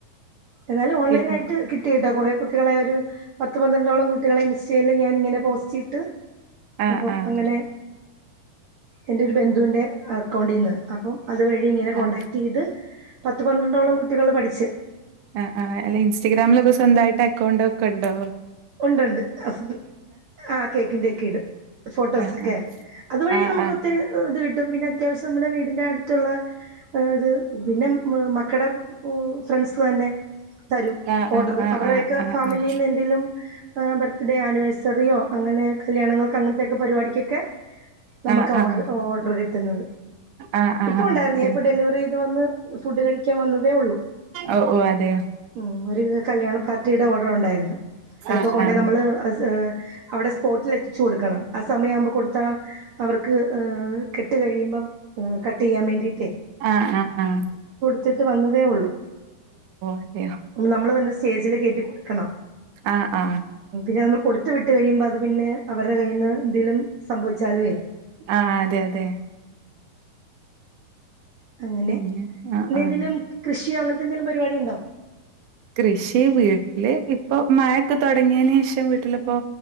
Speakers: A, on the right; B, on the right.
A: എന്നാലും ഓൺലൈൻ
B: പിന്നെ
A: ആയിട്ട് കിട്ടി കേട്ടാ കൊറെ കുട്ടികളെ ഒരു പത്ത് പന്ത്രണ്ടോളം കുട്ടികളെ ഇൻസ്റ്റയിൽ ഞാൻ ഇങ്ങനെ പോസ്റ്റ് ഇട്ട്
B: ആഹ്
A: അപ്പം
B: ആഹ്
A: അങ്ങനെ എന്റെ ഒരു ബന്ധുവിന്റെ അക്കൗണ്ടിൽ നിന്ന് അപ്പം അതുവഴി ഇങ്ങനെ കോടാക്ട്
B: ആഹ്
A: ചെയ്ത് പത്തു പന്ത്രണ്ടോളം കുട്ടികള് പഠിച്ച്
B: ആ ആ അല്ലെ ഇൻസ്റ്റഗ്രാമിലൊക്കെ സ്വന്തായിട്ട് അക്കൗണ്ട് ഒക്കെ ഇ ഇണ്ടോ
A: ഉണ്ട് ഉണ്ട് അഫ് ആ കേക്കിന്റെ ഒക്കെ ഇടും ഫോട്ടോസ്
B: ആഹ്
A: ഒക്കെ അതുവഴി
B: ആഹ്
A: നമുക്ക് ഒത്തിരി ഇത് കി ട്ടും പിന്നെ അത്യാവശ്യം നമ്മുടെ വീടിൻ്റെ അട്ത്തുള്ള ഒരു പിന്നെ മക്കടെ ഉം ഫ്രണ്ട്സ് തന്നെ തരും
B: ആഹ്
A: ഓഡർ
B: ആഹ് ആഹ്
A: അവർടെയൊക്കെ
B: ആഹ്
A: ഫാമിലിന്ന്
B: ആഹ്
A: എന്തെലും പ്പ ബർത്ത് ഡേ ആനിവേഴ്സറിയോ അങ്ങനെ കല്യാങ്ങൾക്ക് അങ്ങൻത്തെക്കെ പരിപാടിക്കൊക്കെ നമുക്ക്
B: ആഹ് ആഹ്
A: ഓൺൽ ഓർഡർ കിട്ട്ന്നത്
B: ആഹ് ആഹ്
A: ഇപ്പ
B: ആഹ്
A: ഉണ്ടായിരുന്നു
B: ഓക്കെ
A: ഞാൻ ഇപ്പോ ഡെലിവറി ചെയ്ത് വന്ന് ഫുഡ് കഴിക്കാൻ വന്നതേ ഒള്ളു
B: ഓ ഓ അതെയോ
A: ഉം ഒര് കല്യാണ പാർട്ടിയുടെ ഓർഡർ ഉണ്ടായിരുന്നു അതിപ്പോ
B: ആഹ്
A: കൊണ്ടെയ്
B: ആഹ്
A: നമ്മൾ അസ് അവിടെ സ്പോട്ടിൽ എത്തിച്ചു കൊട്ക്കണം ആ സമയ ആവുമ്പോ കൊട്ത്താ അവർക്ക് ഹ് കെട്ട് കഴിയുമ്പം ഹ് കട്ട് ചെയ്യാൻ വേണ്ടി
B: ആ ആ ആ
A: ത്തിട്ട് വന്നതെ ഒള്ളു
B: അതെയോ
A: നമ്മൾ തെന്നെ സ്റ്റേജില് കെറ്റി കൊട്ക്കണം
B: ആ ആ
A: ന്നെ നമ്മൾ കൊട്ത്ത് വിട്ട് കഴിയിമ്പോ അത് പിന്നെ അവർടെ കയ്യിന്ന് എന്തെലും സംഭവിച്ചാലെ
B: ആ അതെ അതെ
A: അങ്ങനെ
B: പിന്നെ ആഹ്
A: ഇന്നെ
B: ആഹ്
A: എന്തേലും കൃഷിയോ അങ്ങൻ എന്തെലും പരിപാടി ഉണ്ടോ
B: കൃഷി വീട്ടില് ഇപ്പൊ മഴക്കെ തൊടങ്ങേനേഷം വീട്ടിലിപ്പോ